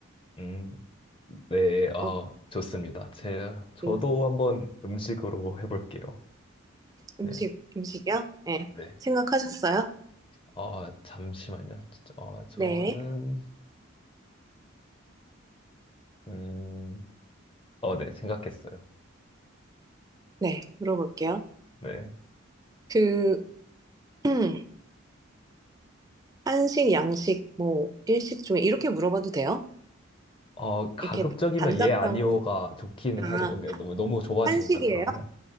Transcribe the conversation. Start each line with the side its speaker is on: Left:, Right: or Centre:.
Left: 음, 네, 아,
Right: 어,
Left: 좋습니다. 제, 저도
Right: 음,
Left: 한번 음식으로 해볼게요.
Right: 음식,
Left: 네.
Right: 음식이요? 네.
Left: 네.
Right: 생각하셨어요?
Left: 어, 잠시만요. 어, 저는,
Right: 네.
Left: 음, 어, 네, 생각했어요.
Right: 네, 물어볼게요.
Left: 네.
Right: 그, <clears throat> 한식, 양식, 뭐, 일식 중에 이렇게 물어봐도 돼요?
Left: 어, 가급적이면
Right: 이렇게 단답형으로.
Left: 예, 아니요가 좋기는
Right: 아,
Left: 하죠. 뭔가 너무, 너무 좁아지니까
Right: 한식이에요?
Left: 그러면.